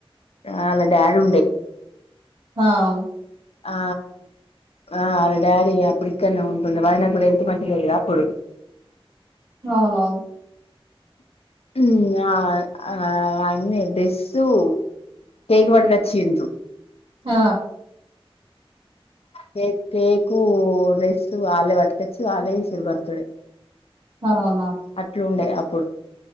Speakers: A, on the left (about 85°); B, on the right (about 70°).
A: ఆల డాడి ఉండే
B: అవును.
A: ఆ ఆ వాలా డాడి అప్పుడు ఇక్కడనే ఉంటుండె ఆయన మంటలేప్పుడు
B: అవునవును
A: ఉమ్ ఆ ఆ అన్నే డెస్సు కేక్ పట్టుకొచ్చిండ్రు
B: హ
A: కేక్ కేకు వల్లే వట్కచ్చి ఆలే ఇసిరు బర్తాడ
B: అవునా!
A: అట్లుండే ప్పుడు